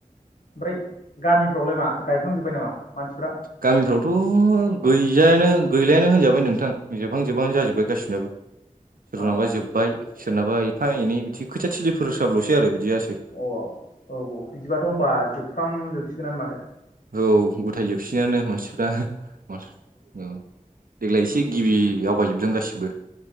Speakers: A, on the left (about 85°); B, on the right (about 85°).
A: ओमफ्राय गामिफ्रावलाय मा गायखांजोब्बाय नामा मानसिफ्रा
B: गामिफ्रावथ' गैजायानो गैलायानो होनजाबाय नोंथां जोबहां जोबहानो जाजोब्बाय गासिनाबो सोरनाबा
A: औ
B: जोब्बाय सोरनाबा एफा एनै बिदि खोथिया थिलिफोर होसाबल'सै आरो बिदियासो
A: अ' औ औ बिदिबाथ' होनबा जोबफ्राम जोबसिगोनानो माथो।
B: औ गथायजोबसिगोनानो मानसिफ्रा औ देग्लाय एसे
A: उम उम
B: गिबि
A: उम
B: आवगायजोबदों गासिबो